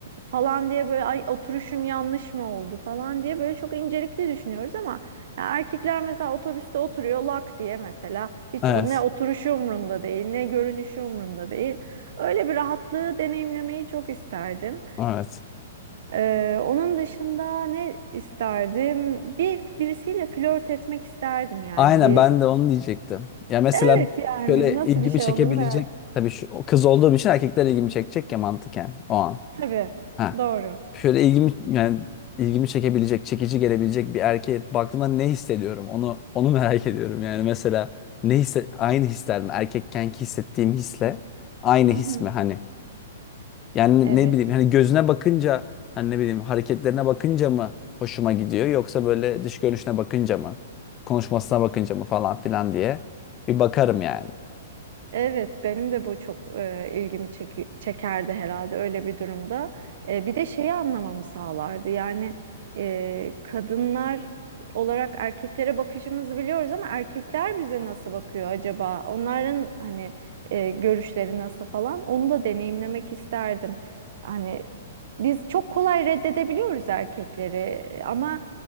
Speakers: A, on the right (about 65°); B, on the left (about 25°).
A: falan diye böyle ay oturuşum yanlış mı oldu falan diye böyle çok incelikli düşünüyoruz ama ya erkekler mesela otobüste oturuyor lak diye mesela hiç
B: Evet.
A: o, ne oturuşu umrunda değil ne görünüşü umrunda değil. Öyle bir rahatlığı deneyimlemeyi çok isterdim.
B: Evet.
A: Ee, onun dışında ne isterdim? Bir birisiyle flört etmek isterdim yani
B: Aynen
A: bir.
B: ben de onu diyecektim. Ya mesela
A: Evet yani
B: şöyle
A: nasıl
B: ilgimi
A: bir şey
B: çekebilecek
A: olduğunu merak.
B: tabii şu o kız olduğum için erkekler ilgimi çekecek ya mantıken o an.
A: Tabii.
B: Heh.
A: Doğru.
B: şöyle ilgimi yani ilgimi çekebilecek, çekici gelebilecek bir erkeğe baktığımda ne hissediyorum? Onu onu merak ediyorum. Yani mesela ne hisse aynı hisler mi? Erkekkenki hissettiğim hisle aynı
A: Hı
B: his
A: hı.
B: mi hani? Yani
A: Evet.
B: ne bileyim hani gözüne bakınca hani ne bileyim hareketlerine bakınca mı hoşuma gidiyor yoksa böyle dış görünüşüne bakınca mı? Konuşmasına bakınca mı falan filan diye bir bakarım yani.
A: Evet, benim de bu çok e, ilgimi çeki- çekerdi herhalde öyle bir durumda. E, bir de şeyi anlamamı sağlardı. Yani e, kadınlar olarak erkeklere bakışımızı biliyoruz ama erkekler bize nasıl bakıyor acaba? Onların hani e, görüşleri nasıl falan onu da deneyimlemek isterdim. Hani biz çok kolay reddedebiliyoruz erkekleri ama